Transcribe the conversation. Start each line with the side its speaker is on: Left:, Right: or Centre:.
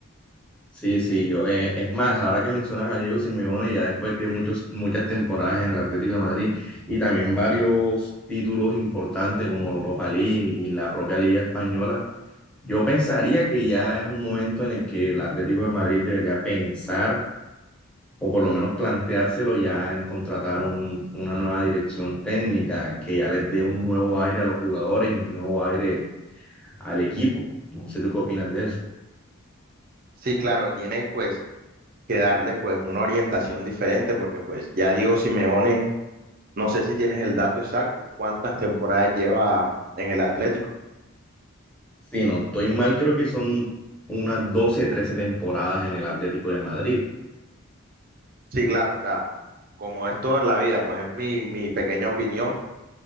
Centre: Sí, sí, yo, eh, es más, ahora que mencionas a Diego Simeone, ya después de muchos, muchas temporadas en el Atlético de Madrid y también varios títulos importantes como Europa League y la propia Liga Española, yo pensaría que ya es un momento en el que el Atlético de Madrid debería pensar o por lo menos planteárselo ya en contratar un- una nueva dirección técnica que ya les dé un nuevo aire a los jugadores y un nuevo aire al equipo. No sé tú qué opinas de eso.
Right: Sí, claro, tiene pues que darle pues una orientación diferente, porque pues ya Diego Simeone, no sé si tienes el dato exacto, cuántas temporadas lleva en el Atlético.
Centre: Si no estoy mal, creo que son unas 12, 13 temporadas en el Atlético de Madrid.
Right: Sí, claro, o sea, como es todo en la vida, pues es mi, mi pequeña opinión.